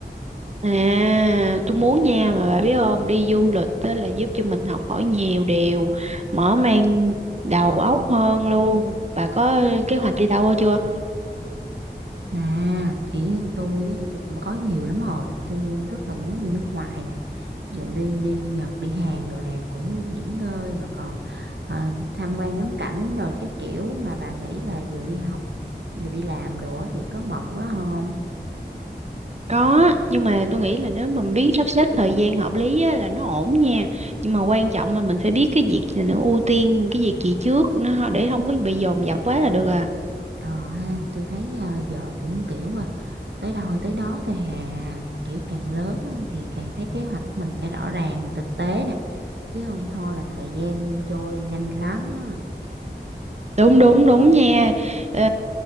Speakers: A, on the right; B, on the right.
A: À, tôi muốn nha mà bà biết không, đi du lịch đó là giúp cho mình học hỏi nhiều điều, mở mang đầu óc hơn luôn. Bà có kế hoạch đi đâu chưa?
B: à kiểu như tôi á thì tôi cũng có nhiều lắm rồi tôi ờ, rất là muốn đi nước ngoài nè ví dụ đi đi Nhật đi Hàn rồi nè cũng nghỉ ngơi mà còn à, tham quan ngắm cảnh rồi các kiểu mà bà nghĩ là vừa đi học vừa đi làm đồ á thì có mệt quá không
A: Có, nhưng mà tôi nghĩ là nếu mình biết sắp xếp thời gian hợp lý á, là nó ổn nha. Nhưng mà quan trọng là mình phải biết cái việc gì nó ưu tiên, cái việc gì trước nó để không có bị dồn dập quá là được à.
B: ờ ha tôi thấy ờ, giờ cũng kiểu ờ, tới đâu hay tới đó thôi hà kiểu càng lớn á thì càng thấy kế hoạch của mình phải rõ ràng là thực tế nè chứ không thôi là thời gian trôi nhanh lắm
A: đúng đúng đúng nha ờ,